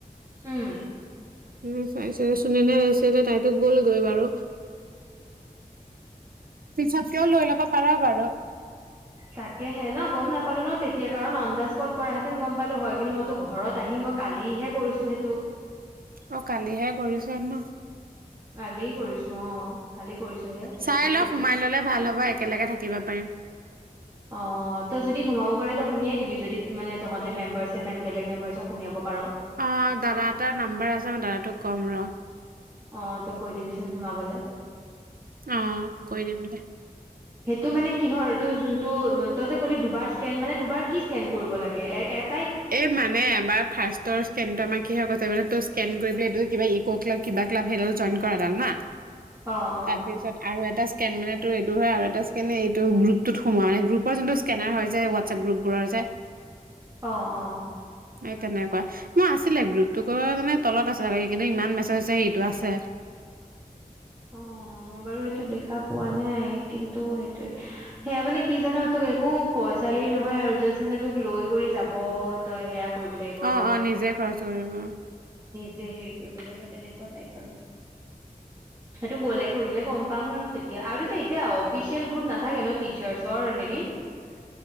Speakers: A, on the right; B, on the right.
A: উম
B: উম চাই চুনেনে লছে তাইতো গ'লগৈ বাৰু পিছত কিয় লৈ ল। পাৰ বাৰু।
A: তাকেহে ন গম নাপালো ন তেতিয়া কাৰণ অন দা স্পট কৰাহেতেন গম পালো হয় কিন্তু মইতো ঘৰত আহি মই কালিহে কৰিছো। সেইটো
B: অ কালিহে কৰিছ ন?
A: কালীয়ে কৰিছো অ। কালি কৰিছোহে হেৰি
B: চাই
A: কৰি
B: লও সোমাই ললে ভাল হ'ব। এক একেলগে থাকিব পাৰিম।
A: অ ত' যদি সোমাব পাৰে ত সোমিয়াই দিবি যদি মানে তহঁতে মেম্বাৰছে বেলেগ মেম্বাৰ্চ সোমিয়াব পাৰ।
B: অ দাদা এটাৰ নাম্বাৰ আছে মই দাদাটোক ক'ম ৰ।
A: অ তই কৈ দিবিচোন সোমাবলৈ।
B: অ কৈ দিম দে।
A: সেইটো মানে কিহৰ এইটো যোনটো তই যে ক'লি দুবাৰ স্ক্ৰেন মানে দুবাৰ কি স্ক্ৰেন কৰিব লাগে এ এ
B: এ মানে এবাৰ ফাষ্টৰ স্ক্ৰেন টো মানে আমাৰ কি হয় গৈছে তই স্ক্ৰেন কৰিবলে কিবা ইকো ক্লাব কিবা ক্লাব সেইডাল জইন কৰাডাল না।
A: অ অ
B: তাৰপিছত আৰু এটা, স্ক্ৰেন মানেটো এইটো হয় আৰু এটা স্ক্ৰেন এইটো গ্ৰুপটোত সোমোৱা মানে গ্ৰুপৰ যোনটো স্কেনাৰ হয় যে হোৱাটছএপ গ্ৰুপবোৰৰ যে
A: অ অ।
B: এই তেনেকুৱা মই আছিলে গ্ৰুপটো ক মানে তলত আছিল স কিন্তু ইমান মেছেজ আছে ইটো আছে।
A: অ মই বাৰু সেইটো দেখা পোৱা নাই কিন্তু সেইটোয়ে সেয়া মানে কি জান তোক একো পইচা হেৰি নহয় আৰু জাষ্ট মানে তোক লৈ কৰি যাব তই সেয়া। কৰিব লাগিব
B: অ অ নিজে খৰচ কৰিম আৰু।
A: যে হেৰি কৰিব লাগিব তেনেকুৱা টাইপ আৰু। সেইটো গ'লে কৰিলে গম পাম আৰু তেতিয়া আৰু যে এতিয়া অফিচিয়েল গ্ৰুপ নাথাকে ন টিচাৰ্চৰ হেৰিত।